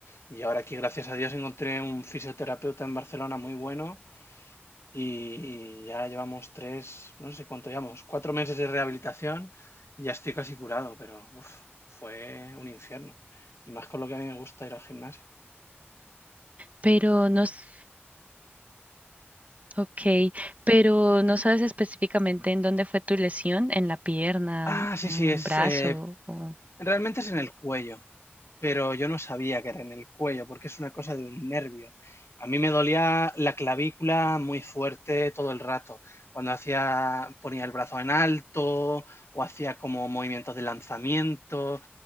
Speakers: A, on the left (about 75°); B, on the right (about 35°).
A: Y ahora aquí, gracias a Dios, encontré un fisioterapeuta en Barcelona muy bueno y, y ya llevamos tres, no sé cuánto llevamos, cuatro meses de rehabilitación y ya estoy casi curado, pero uf, fue un infierno. Y más con lo que a mí me gusta ir al gimnasio.
B: Pero no, s- ok, pero no sabes específicamente en dónde fue tu lesión, en la pierna,
A: Ah, sí,
B: en
A: sí, es,
B: un brazo,
A: eh,
B: o...
A: realmente es en el cuello, pero yo no sabía que era en el cuello porque es una cosa de un nervio. A mí me dolía la clavícula muy fuerte todo el rato. Cuando hacía, ponía el brazo en alto o hacía como movimientos de lanzamiento,